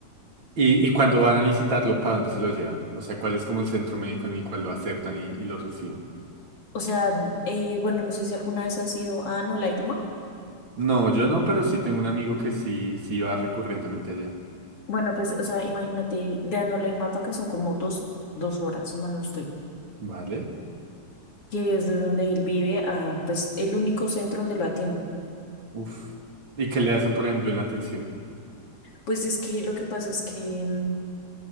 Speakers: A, on the right; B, on the left.
A: ¿Y, y cuando van a visitarlo, para dónde se lo llevan? O sea, ¿cuál es como el centro médico en el cual lo aceptan y, y lo reciben?
B: O sea, eh, bueno, no sé si alguna vez has ido a Anolaima.
A: No, yo no, pero sí tengo un amigo que sí, sí va recurrentemente allá.
B: Bueno, pues, o sea, imagínate, de Anolaima para acá son como dos, dos horas, si mal no estoy.
A: Vale.
B: que es de donde él vive, a pues el único centro donde lo atienden.
A: Uf. ¿Y qué le hacen, por ejemplo, en la atención?
B: Pues es que lo que pasa es que, mm,